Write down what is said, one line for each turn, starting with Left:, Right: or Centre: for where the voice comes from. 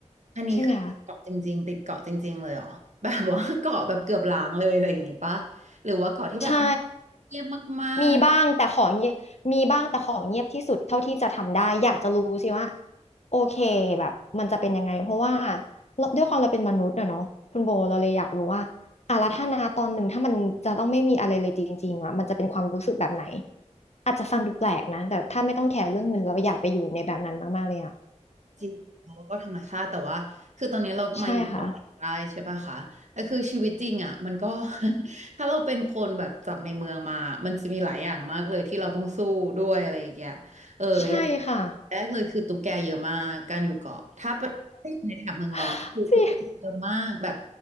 Right: อันนี้คือติดเกาะจริงๆติดเกาะจริงๆเลยเหรอแบบว่าเกาะแบบเกือบล้างเลยอะไรอย่างงี้ปะหรือว่าเกาะที่แบบ
Left: ใช่ไหมคะ ใช่
Right: เงียบมาก
Left: มีบ้างแต่ของเงียบ มีบ้างแต่ของเงียบที่สุดเท่าที่จะทำได้ อยากจะรู้สิว่าโอเคแบบมันจะเป็นยังไงเพราะว่าเราด้วยความเราเป็นมนุษย์อะเนาะคุณโบเราเลยอยากรู้ว่าอ่ะแล้วถ้านาตอนหนึ่งถ้ามันจะต้องไม่มีอะไรเลยจริงๆอะมันจะเป็นความรู้สึกแบบไหนอาจจะฟังดูแปลกนะแต่ถ้าไม่ต้องแคร์เรื่องเงินเราอยากไปอยู่ในแบบนั้นมากๆเลยอะ
Right: จริงแล้วก็ธรรมชาติแต่ว่าคือตอนนี้เรามาอยู่เกาะกลางใต้ใช่ป่ะคะแต่คือชีวิตจริงอ่ะมันก็
Left: <laughs> ใช่ค่ะ
Right: <laughs> ถ้าเราเป็นคนแบบจากในเมืองมามันจะมีหลายอย่างมากเลยที่เราต้องสู้ด้วยอะไรอย่างเงี้ยเอออย่าง
Left: ใช่ค่ะ
Right: แรกเลยคือตุ๊กแกเยอะมากการอยู่เกาะถ้าไปในแถบเมืองร้อนคือตุ๊กแกเยอะมากแบบ
Left: <laughs> สิ